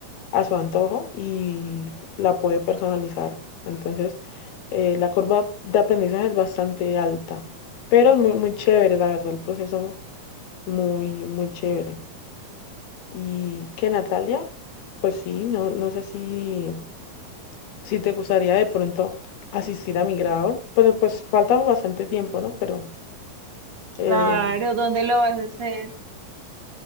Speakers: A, on the left; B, on the right.
A: a su antojo y la puede personalizar. Entonces, eh, la curva de aprendizaje es bastante alta, pero es muy, muy chévere, la verdad, el proceso muy, muy chévere. Y que Natalia, pues sí, no, no sé si, si te gustaría de pronto asistir a mi grado, pero pues falta bastante tiempo, ¿no? Pero eh,
B: Claro, ¿dónde lo vas a hacer?